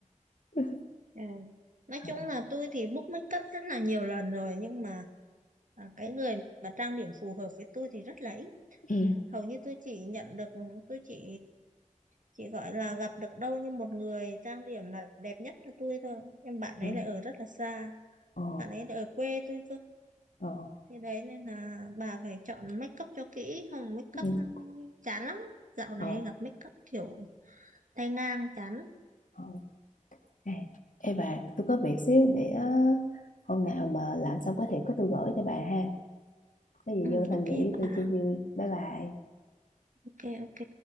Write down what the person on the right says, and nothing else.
Ừ. Nói
chung là tôi thì book make up rất là nhiều lần rồi nhưng mà à, cái người mà trang điểm phù hợp với tôi thì rất là ít.
hầu như tôi chỉ nhận được tôi chỉ chỉ gọi là gặp được đâu như một người trang điểm là đẹp nhất cho tôi thôi nhưng bạn ấy
lại ở rất là xa
bạn ấy lại ở quê tôi cơ
thế đấy nên là bà phải chọn make up cho kỹ không make
up chán lắm dạo này
gặp make up kiểu tay ngang chán lắm.
ừ,
ok
bà
ok ok